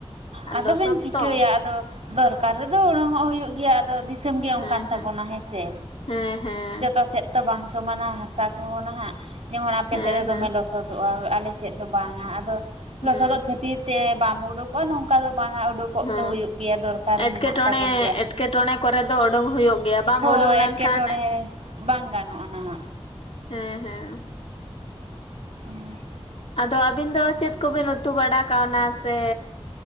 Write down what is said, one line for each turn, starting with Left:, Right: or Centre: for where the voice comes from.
Left: ᱟᱨ
Right: ᱟᱫᱚ
Left: ᱞᱚᱥᱚᱫ
Right: ᱵᱮᱱ
Left: ᱛᱚ
Right: ᱪᱤᱠᱟᱹᱭᱟ ᱟᱫᱚ ᱫᱚᱨᱠᱟᱨ ᱨᱮᱫᱚ ᱩᱰᱩᱝᱚᱜ ᱦᱩᱭᱩᱜ ᱜᱮᱭᱟ ᱟᱫᱚ᱾ ᱫᱤ ᱥᱚᱢ ᱜᱮ
Left: ᱦᱮᱸ
Right: ᱚᱱᱠᱟᱱ
Left: ᱦᱮᱸ
Right: ᱛᱟᱵᱚᱱᱟ ᱦᱮᱸᱥᱮ?
Left: ᱦᱮᱸ ᱦᱮᱸ᱾
Right: ᱚᱠᱟ ᱥᱮᱫ ᱛᱚ ᱵᱟᱝ ᱥᱚᱢᱟᱱᱟ ᱦᱟᱥᱟ ᱠᱚᱦᱚᱸ ᱱᱟᱦᱟᱸᱜ ᱡᱮᱢᱚᱱ ᱟᱯᱮ
Left: ᱦᱮᱸ
Right: ᱥᱮᱫ ᱫᱚᱢᱮ
Left: ᱦᱮᱸ
Right: ᱞᱚᱥᱚᱫ ᱫᱚᱜᱼᱟ ᱟᱞᱮᱥᱮᱫ ᱫᱚ ᱵᱟᱝᱟ ᱟᱫᱚ
Left: ᱦᱩᱸ
Right: ᱞᱚᱥᱚᱫᱚᱜ ᱠᱷᱟᱹᱛᱤᱨ ᱛᱮ ᱵᱟᱢ ᱩᱰᱩᱠ ᱠᱚ ᱱᱚᱝᱠᱟ ᱫᱚ ᱵᱟᱝᱟ ᱩᱰᱩᱠ ᱠᱚᱜ
Left: ᱦᱚᱸ
Right: ᱫᱚ ᱦᱩᱭᱩᱜ ᱜᱮᱭᱟ ᱫᱚᱨᱠᱟᱨ
Left: ᱮᱴᱠᱮᱴᱚᱬᱮ
Right: ᱢᱮᱱᱟᱜ ᱛᱟᱵᱚᱱ ᱜᱮᱭᱟ,
Left: ᱮᱴᱠᱮᱴᱚᱬᱮ ᱠᱚᱨᱮ ᱫᱚ ᱳᱰᱳᱝ ᱦᱩᱭᱩᱜ ᱜᱮᱭᱟ ᱵᱟᱢ
Right: ᱦᱳᱭ
Left: ᱳᱰᱳᱝ ᱞᱮᱱᱠᱷᱟᱱ
Right: ᱠᱮᱴᱚᱬᱮ ᱵᱟᱝ ᱜᱟᱱᱚᱜᱼᱟ ᱱᱟᱦᱟᱸᱜ᱾
Left: ᱦᱮᱸ ᱦᱮᱸ᱾
Right: ᱦᱩᱸ᱾
Left: ᱟᱫᱚ ᱟᱹᱵᱤᱱ ᱫᱚ ᱪᱮᱫ ᱠᱚᱵᱤᱱ ᱩᱛᱩ ᱵᱟᱲᱟ ᱠᱟᱣᱱᱟ? ᱥᱮ